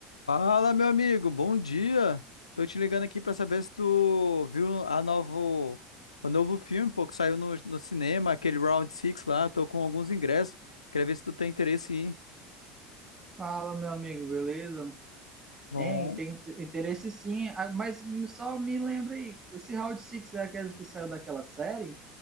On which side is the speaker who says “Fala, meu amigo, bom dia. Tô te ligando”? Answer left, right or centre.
Left